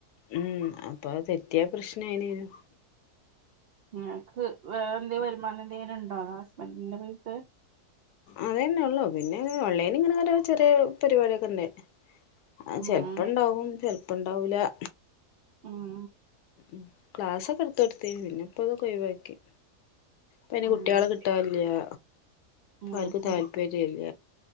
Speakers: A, on the left; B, on the right.
A: ഉം അപ്പ തെറ്റിയ പ്രശ്നം അയിനു-
B: മ് നിക്ക് വേറെന്തേലും വരുമാനം എന്തെങ്കിലും ഉണ്ടോ തോ ഹസ്ബൻഡിന്റെ പൈസ -
A: അതേന്നെ ഒള്ളു പിന്നെ ഓൾലൈനി ഇങ്ങനെ ഓരോ ചെറിയ പരിപാടൊക്കെ ഒണ്ടേ- ആഹ്
B: ഉം
A: ചെൽപ്പ ഉണ്ടാവും ചെലപ്പ ഉണ്ടാവൂല-
B: ഉം
A: ഉം ക്ലാസ്സൊക്കെ എടുത്ത് കൊടാത്ത് പിന്ന്പ്പംഅതൊക്കെഴിവാക്കി- പിന്നെ
B: ഉം
A: കുട്ട്യാളെ കിട്ടാല്ല്യാ. ആർക്കു
B: ആ ശരി
A: താല്പര്യ ഇല്ല.